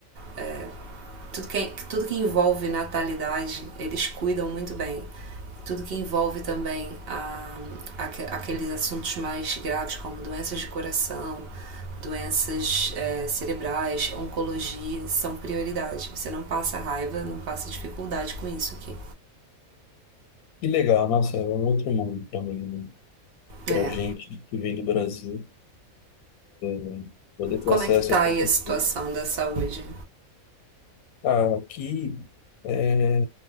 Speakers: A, on the right; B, on the left.
A: é, tudo que, tudo que envolve natalidade, eles cuidam muito bem. Tudo que envolve também a, a, aqueles assuntos mais graves, como doenças de coração, doenças é, cerebrais, oncologia, são prioridade. Você não passa raiva, não passa dificuldade com isso aqui.
B: Que legal, nossa, é um outro mundo para mim, para
A: É.
B: gente que vem do Brasil né? poder ter
A: Como
B: acesso
A: é que tá
B: a tanta
A: aí a situação
B: coisa.
A: da saúde?
B: Ah, aqui é,